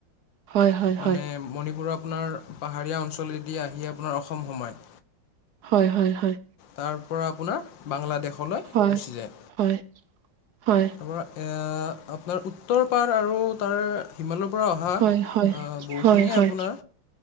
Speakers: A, on the right (about 65°); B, on the left (about 70°).
A: হয় হয়
B: মানে
A: হয়
B: মণিপুৰৰ আপোনাৰ পাহাৰীয়া অঞ্চলেদি আহি আপোনাৰ অসম সোমাই
A: হয় হয় হয়
B: তাৰ পৰা আপোনাৰ বাংলাদেশলৈ
A: হয়
B: গুচি যায়।
A: হয় হয়।
B: তাৰপৰা আপোনাৰ উত্তৰ পাৰ আৰু তাৰ হিমালয় পৰা অহা
A: হয় হয়
B: বহুখিনিয়ে
A: হয় হয়
B: আপোনাৰ